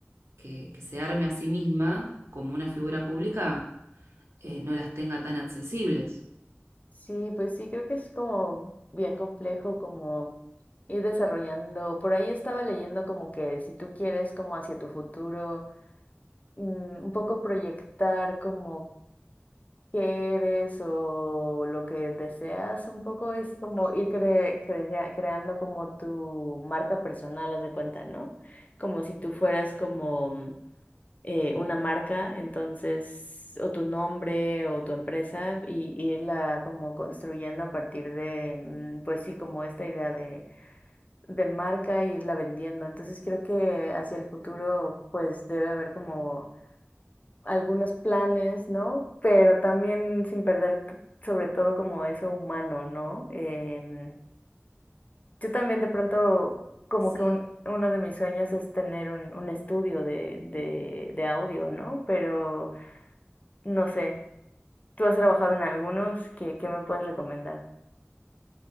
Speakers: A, on the right (about 70°); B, on the left (about 35°).
A: que, que se arme a sí misma como una figura pública eh, no las tenga tan accesibles.
B: Sí, pues sí, creo que es como bien complejo como ir desarrollando. Por ahí estaba leyendo como que si tú quieres como hacia tu futuro, mm, un poco proyectar como quieres o lo que deseas un poco es como ir cre- crea- creando como tu marca personal, haz de cuenta, ¿no? Como si tú fueras como mm, eh, una marca, entonces, o tu nombre o tu empresa y, y irla como construyendo a partir de, mm, pues sí, como esta idea de, de marca e irla vendiendo. Entonces creo que hacia el futuro pues debe haber como algunos planes, ¿no? Pero también sin perder t- sobre todo como eso humano, ¿no? Em, yo también de pronto como
A: Sí, sí.
B: que un- uno de mis sueños es tener un, un estudio de, de, de audio, ¿no? Pero no sé, ¿tú has trabajado en algunos? ¿Qué, qué me puedes recomendar?